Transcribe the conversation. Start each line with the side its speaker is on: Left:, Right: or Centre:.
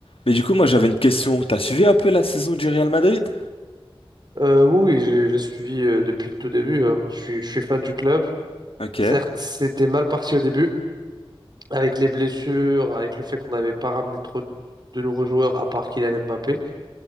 Left: Mais du coup, moi j'avais une question. T'as suivi un peu la saison du Real Madrid?
Right: Euh, oui, oui, j'ai j'ai suivi euh, depuis le tout début. euh. Je suis, je suis fan du club.
Left: Ok.
Right: Certes, c'était mal parti au début, avec les blessures, avec le fait qu'on n'avait pas ramené trop de nouveaux joueurs à part Kylian Mbappé,